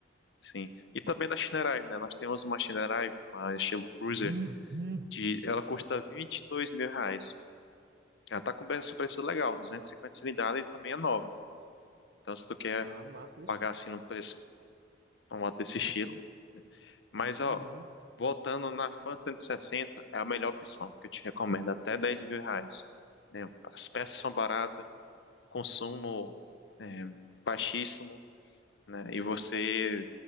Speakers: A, on the left (about 65°); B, on the right (about 55°).
A: sim. E também da Shinerai, né? Nós temos uma Shinerai, uma estilo cruiser,
B: Hum, hum.
A: de, ela custa 22 mil reais. Ela tá com preço, preço legal, 250 cilindradas e também é nova. Então se tu quer
B: Ah, massa, deixa.
A: pagar assim no preço uma moto desse estilo, Mas, ó,
B: Uhum.
A: voltando na Fan 160, é a melhor opção que eu te recomendo, até 10 mil reais. né? As peças são baratas, consumo é, baixíssimo, né? E você